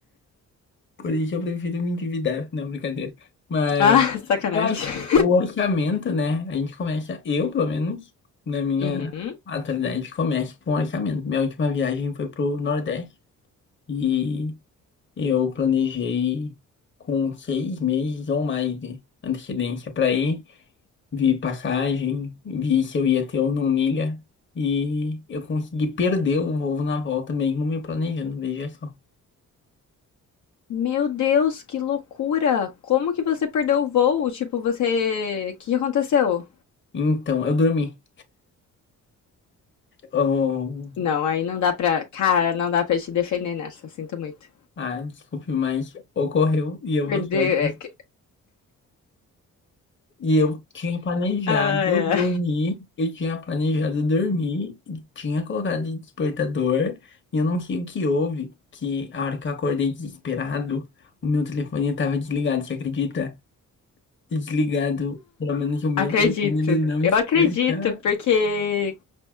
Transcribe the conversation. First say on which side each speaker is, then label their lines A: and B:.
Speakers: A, on the left (about 40°); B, on the left (about 65°).
A: Por isso eu prefiro me endividar, não, brincadeira. Mas
B: Ah, sacanagem.
A: eu acho que o orçamento, né? A gente começa, eu pelo menos, na minha
B: Uhum.
A: atualidade, começo com orçamento. Minha última viagem foi pro Nordeste e eu planejei com seis meses ou mais de antecedência para ir, vi passagem, vi se eu ia ter ou não milha. E eu consegui perder o voo na volta, mesmo me planejando, veja só.
B: Meu Deus, que loucura! Como que você perdeu o voo? Tipo, você. O que que aconteceu?
A: Então, eu dormi. Eu
B: Não, aí não dá pra. Cara, não dá pra te defender nessa, sinto muito.
A: Ah, desculpe, mas ocorreu e eu
B: Perder.
A: vou ser honesto.
B: é que-
A: E eu tinha planejado
B: Ai,
A: dormir,
B: ai.
A: eu tinha planejado dormir, tinha colocado de despertador, e eu não sei o que houve, que a hora que eu acordei desesperado, o meu telefone estava desligado, você acredita? Desligado, pelo menos o meu
B: Acredito.
A: telefone ele não
B: Eu
A: desperta.
B: acredito, porque.